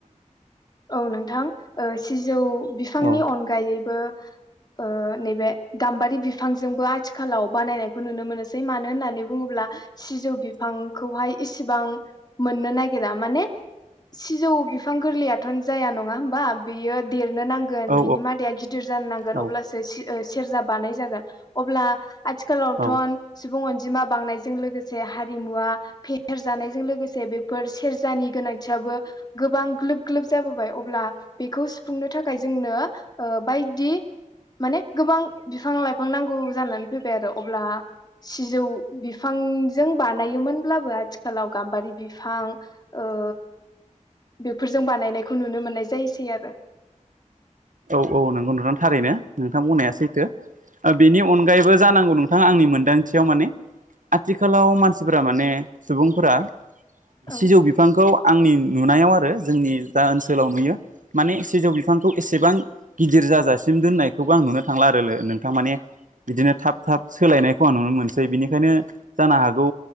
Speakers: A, on the left (about 30°); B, on the right (about 75°).
A: औ नोंथां ओ सिजौ बिफांनि
B: औ
A: अनगायैबो ओ नैबे गाम्बारि बिफांजोंबो आथिखालाव बानायनायखौ नुनो मोनसै मानो होननानै बुङोब्ला सिजौ बिफां ओ खौहाय इसेबां मोननो नागिरा माने सिजौ बिफां गोरलैयाथ' जाया नङा होमबा? बेयो देर नों नांगोन
B: औ
A: बिनि मादाया गिदिर जानो नांगोन
B: औ
A: अब्लासो सेरजा बानाय जागोन अब्ला आथिखालावथ'
B: औ
A: सुबुं अन जिमा बांनायजों लोगोसे हारिमुवा फेहेर जानायजों लोगोसे बेफोर सेरजानि गोनांथियाबो गोबां ग्लोब ग्लोब जाबोबाय अब्ला बेखौ सुफुंनो थाखाय जोंनो ओ बायदि माने गोबां बिफां-लाइफां नांगौ जानानै फैबाय आरो अब्ला सिजौ बिफां जों बानायोमोनब्लाबो आथिखालाव गाम्बारि बिफां ओ बेफोरजों बानायनायखौ नुनो मोननाय जायोैसै आरो ।
B: औ औ नंगौ नोंथा थारैनो नोंथां बुंनाया सैथो । ओ बेनि अनगायैबो जानांगौ नोंथां आंनि मोनदांथियाव माने आथिखालाव मानसिफोरा माने सुबुंफोरा
A: औ
B: सिजौ बिफांखौ आंनि नुनायाव आरो जोंनि दा ओनसोलाव नुयो माने सिजौ बिफांखौ एसे एसेबां गिदिर जाजासिम दोननायखौबो आं नुनो थांला आरो नोंथां माने बिदिनो थाब थाब सोलायनायखौ आं नुनो मोनसै बिनिखायनो जानो हागौ